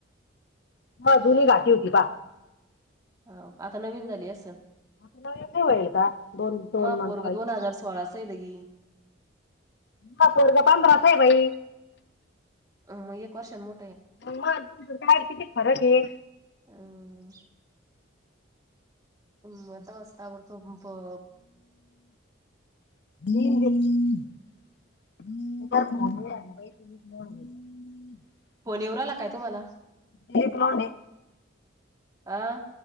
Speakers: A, on the left; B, on the right.
A: हा जुनी घाटी होती पा
B: हो आता नवीन झाली असल?
A: अस नवे होईल का दोन दोन
B: माय
A: म्हणताई.
B: पोरग दोन हजार <unintelligible>
A: ह पोरगा पांधराच आहे बाई.
B: अ एक वर्ष मो
A: म तुमच का किती फरक आहे.
B: ना म त तवाच तवा करून पण.
A: <unintelligible> <unintelligible>
B: फोन येऊ राहिला काय तुम्हाला
A: दिलीप लोंढे
B: अ.